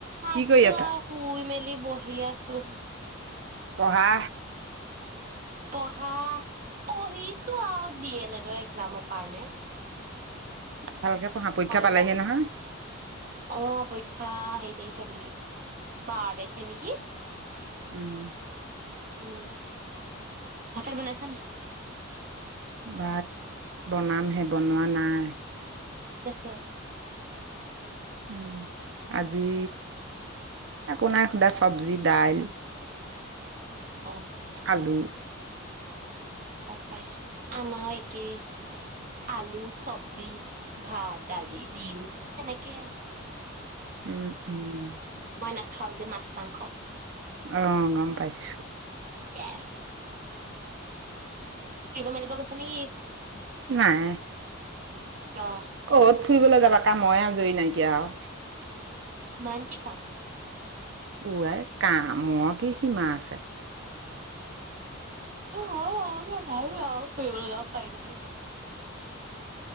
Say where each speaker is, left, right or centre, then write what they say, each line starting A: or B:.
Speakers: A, on the right; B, on the right.
A: কি
B: আছো
A: কৰি আছা
B: আও, শুই মেলেলি বহি আছো।
A: পঢ়া,
B: পঢ়া, পঢ়িছো আও ডি এল এড একজামৰ কাৰণে।
A: ভালকে
B: কি
A: পঢ়া
B: নো
A: পৰীক্ষা
B: হয়
A: পালেহি
B: জানো,
A: নহয়
B: অ' প পৰীক্ষা হেই তাৰিখে বোলে, বাৰ তাইখে নেকি?
A: উম,
B: উম, ভাত-চাত বনাইছা নি?
A: ভাত বনামহে বনোৱা নাই।
B: কি আছে আজি?
A: উম, আজি একো নাই সোদা চবজি, দাইল।
B: অ
A: খালো
B: অ পাইছো আমাৰ একে, আলু, চবজি, ভাত, দালি, ডিম, সেনেকেই আও।
A: উম উম
B: মই নাখাওঁ যে মাছ মাংস।
A: অ গম পাইছোঁ
B: ইয়েছ। ক'ৰবাত ফুৰিবলৈ গৈছে নেকি
A: নাই
B: কিয়
A: কত ফুৰিবলৈ যাবা কামই আজৰি নাইকিয়া আৰু
B: ইমান কি কাম
A: ৱাই কা ম কি সীমা আছে
B: অ ন ভাল পাও ফুৰিবলৈ লগ পায় বহুত